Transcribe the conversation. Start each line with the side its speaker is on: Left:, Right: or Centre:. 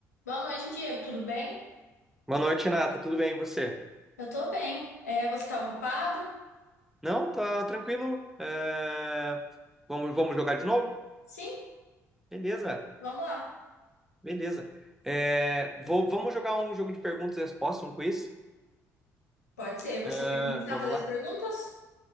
Left: Boa noite, Diego. Tudo bem?
Centre: Boa noite, Nata. Tudo bem, e você?
Left: Eu tô bem. É, você tá ocupado?
Centre: Não, tá tranquilo. É, Vamos, vamos jogar de novo?
Left: Sim,
Centre: Beleza,
Left: vamos lá.
Centre: beleza. É, vou- vamos jogar um jogo de perguntas e respostas, um quiz?
Left: Pode ser. Você
Centre: É,
Left: quer começar
Centre: vamos
Left: a fazer
Centre: lá?
Left: as perguntas?